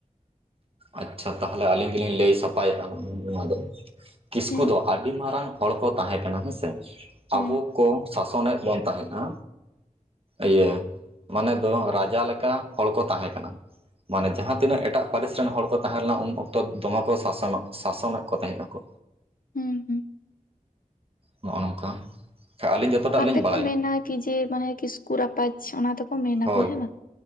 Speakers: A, on the right (about 40°); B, on the left (about 80°).
A: ᱟᱪᱪᱷᱟ ᱛᱟᱦᱚᱞᱮ ᱟᱹᱞᱤᱧ ᱜᱮᱞᱤᱧ ᱞᱟᱹᱭ ᱥᱟᱯᱷᱟᱭᱮᱜᱼᱟ ᱱᱚᱣᱟ ᱫᱚ᱾ ᱠᱤᱥᱠᱩ
B: ᱦᱮᱸ
A: ᱫᱚ ᱟᱹᱰᱤ ᱢᱟᱨᱟᱝ ᱦᱚᱲ ᱠᱚ ᱛᱟᱦᱮᱸ ᱠᱟᱱᱟ ᱦᱮᱸ ᱥᱮ
B: ᱦᱮᱸ
A: ᱟᱵᱚ ᱠᱚ ᱥᱟᱥᱚᱱᱮᱫ ᱵᱚᱱ ᱛᱟᱦᱮᱸᱜᱼᱟ᱾
B: ᱦᱩᱸ
A: ᱤᱭᱟᱹ ᱢᱟᱱᱮ ᱫᱚ ᱨᱟᱡᱟ ᱞᱮᱠᱟ ᱦᱚᱲ ᱠᱚ ᱛᱟᱦᱮᱸ ᱠᱟᱱᱟ᱾ ᱢᱟᱱᱮ ᱡᱟᱦᱟᱸ ᱛᱤᱱᱟᱹᱜ ᱮᱴᱟᱜ ᱯᱟᱹᱨᱤᱥ ᱪᱮᱱ ᱦᱚᱲ ᱠᱚ ᱛᱟᱦᱮᱸ ᱞᱮᱱᱟ ᱩᱱ ᱚᱠᱛᱚ ᱫᱚᱢᱮ ᱠᱚ ᱥᱟᱥᱚᱱᱚᱜ ᱥᱟᱥᱚᱱᱮᱜ ᱠᱚ ᱛᱟᱦᱮᱸ ᱱᱩᱠᱩ
B: ᱦᱩᱸ ᱦᱩᱸ᱾
A: ᱱᱚᱜᱼᱚ ᱱᱚᱝᱠᱟ ᱟᱹᱞᱤᱧ ᱡᱚᱛᱚᱴᱟᱜ
B: ᱚᱱᱟ
A: ᱞᱤᱧ
B: ᱛᱮᱠᱚ
A: ᱵᱟᱲᱟᱭᱟ
B: ᱢᱮᱱᱟ ᱠᱤ ᱡᱮ ᱢᱟᱱᱮ ᱠᱤᱥᱠᱩ ᱨᱟᱯᱟᱡᱽ ᱚᱱᱟ ᱛᱮᱠᱚ ᱢᱮᱱᱟ
A: ᱦᱳᱭ
B: ᱠᱚ ᱦᱮᱸ ᱵᱟᱝ᱾